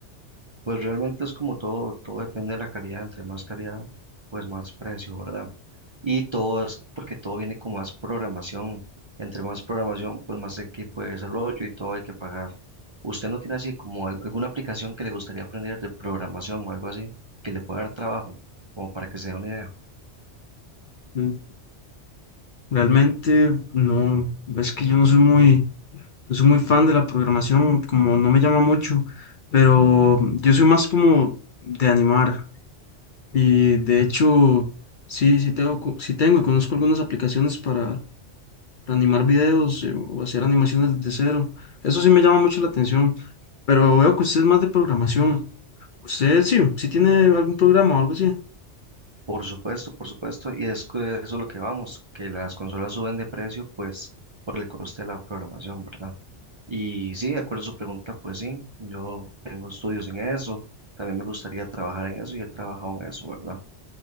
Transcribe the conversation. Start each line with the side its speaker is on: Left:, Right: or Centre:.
Right: Pues realmente es como todo, todo depende de la calidad, entre más calidad, pues más precio, ¿verdad? Y todo es porque todo viene con más programación. Entre más programación, pues más equipo de desarrollo y todo hay que pagar. ¿Usted no tiene así como al- alguna aplicación que le gustaría aprender de programación o algo así que le pueda dar trabajo, como para que se dé una idea?
Left: Mm, Realmente no, es que yo no soy muy, no soy muy fan de la programación, como no me llama mucho, pero yo soy más como de animar y de hecho sí, sí tengo, co- sí tengo y conozco algunas aplicaciones para animar videos eh, o hacer animaciones desde cero. Eso sí me llama mucho la atención, pero veo que usted es más de programación. Usted sí, sí tiene algún programa o algo así.
Right: Por supuesto, por supuesto, y es que eso es lo que vamos, que las consolas suben de precio, pues por el coste de la programación, ¿verdad? Y sí, de acuerdo a su pregunta, pues sí, yo tengo estudios en eso, también me gustaría trabajar en eso y he trabajado en eso, ¿verdad?